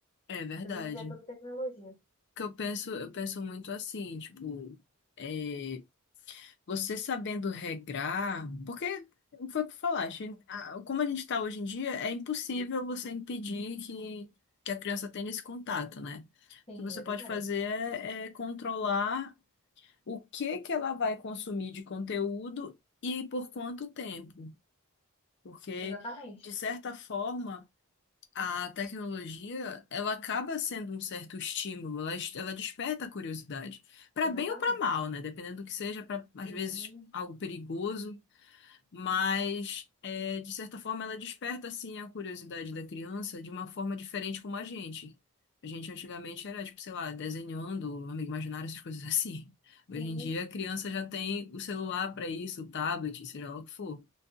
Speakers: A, on the left (about 55°); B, on the left (about 25°).
A: é verdade.
B: Porque hoje em dia é tudo tecnologia.
A: que eu penso, eu penso muito assim, tipo, é, Você sabendo regrar, porque foi o que falaste, a- como a gente está hoje em dia, é impossível você impedir que, que a criança tenha esse contato, né?
B: Sim,
A: O que você
B: é
A: pode
B: verdade.
A: fazer é, é controlar o que que ela vai consumir de conteúdo e por quanto tempo. Porque,
B: Exatamente.
A: de certa forma, a tecnologia, ela acaba sendo um certo estímulo, ela, es- ela desperta a curiosidade, para bem
B: Exatamente.
A: ou para mal, né? Dependendo do que seja, para às
B: Sim,
A: vezes algo perigoso, mas é, de certa forma ela desperta assim a curiosidade da criança de uma forma diferente como a gente. A gente antigamente era tipo, sei lá, desenhando, amigo imaginário, essas coisas <laughs> assim. Hoje
B: sim,
A: em dia a criança já tem o celular para isso, o tablet, seja lá o que for.